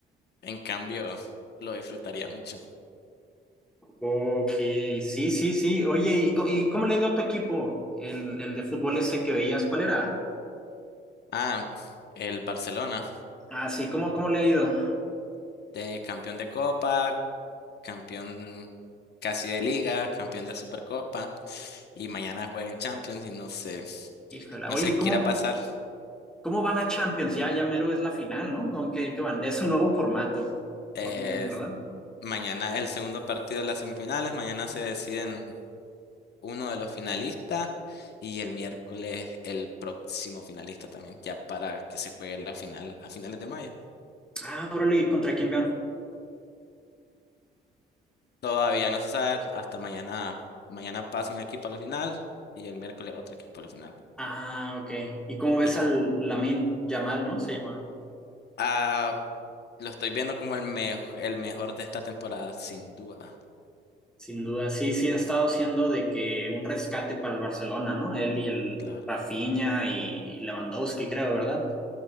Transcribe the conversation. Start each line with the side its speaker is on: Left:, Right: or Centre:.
Left: En cambio, lo disfrutaría mucho.
Centre: Ok, sí, sí, sí. Oye, ¿y, co- y cómo le dio a tu equipo el, el de fútbol ese que veías? ¿Cuál era?
Left: Ah, el Barcelona,
Centre: Ah, sí, ¿cómo, cómo le ha ido?
Left: de campeón de Copa, campeón casi de Liga, campeón de Supercopa, y mañana juega en Champions y no sé,
Centre: Híjole,
Left: no
Centre: oye,
Left: sé
Centre: ¿cómo,
Left: qué irá a pasar.
Centre: cómo va la Champions? Ya, ya mero es la final, ¿no? ¿Con qué, qué van? Es un nuevo formato.
Left: Eh,
Centre: o algo así, ¿verdad?
Left: mañana el segundo partido de las semifinales, mañana se deciden uno de los finalistas y el miércoles el próximo finalista también, ya para que se juegue la final a finales de mayo.
Centre: Ah, órale, ¿y ¿contra quién van?
Left: Todavía no se sabe, hasta mañana, mañana pasa un equipo a la final y el miércoles otro equipo a la final.
Centre: Ah, ok. ¿Y cómo ves
Left: Y co-
Centre: al Lamine Yamal, ¿no? Se llama.
Left: ah, lo estoy viendo como el, mejo- el mejor de esta temporada, sin duda,
Centre: Sin duda. Sí, sí ha estado siendo de que un rescate para el Barcelona, ¿no? Él y el
Left: claro.
Centre: Rafinha y Lewandowski, creo, ¿verdad?